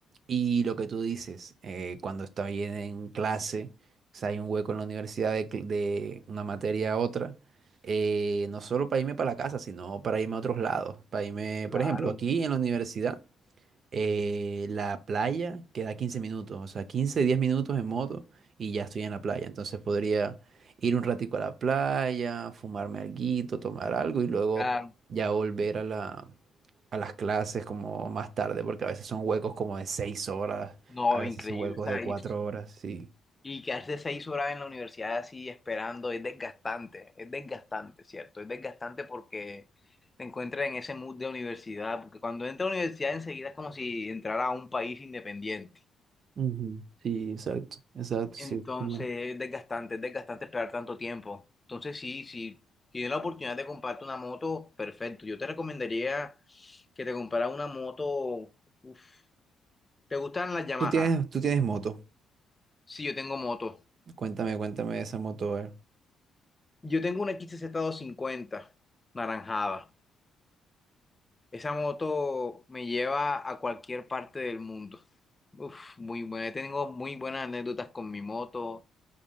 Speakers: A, on the right; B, on the left.
A: Y lo que tú dices, eh, cuando está bien en clase, o sea, hay un hueco en la universidad de cl- de una materia a otra eh, no solo para irme para la casa, sino para irme a otros lados. Para irme,
B: claro.
A: por ejemplo, aquí en la universidad, eh, la playa queda 15 minutos, o sea, 15 10 minutos en moto y ya estoy en la playa. Entonces podría ir un ratico a la playa, fumarme alguito, tomar algo y luego
B: Claro,
A: ya volver a la, a las clases como más tarde, porque a veces son huecos como de 6 horas,
B: no,
A: a veces
B: increíble.
A: son huecos
B: O sea,
A: de 4
B: y
A: horas, sí.
B: Y quedarse seis horas en la universidad así esperando es desgastante, es desgastante, ¿cierto? Es desgastante porque te encuentras en ese mood de universidad, porque cuando entras a la universidad enseguida es como si entrara a un país independiente.
A: Ujú, Sí, exacto, exacto,
B: Entonces
A: sí. una-
B: es desgastante, es desgastante esperar tanto tiempo. Entonces sí, si tienes la oportunidad de comprarte una moto, perfecto. Yo te recomendaría que te compraras una moto. uf. ¿Te gustan las Yamaha?
A: Tú tienes, tú tienes moto.
B: Sí, yo tengo moto.
A: Cuéntame, cuéntame de esa moto, a ver.
B: Yo tengo una X xz cincuenta naranjada. Esa moto me lleva a cualquier parte del mundo. Uf, muy buena. Tengo muy buenas anécdotas con mi moto.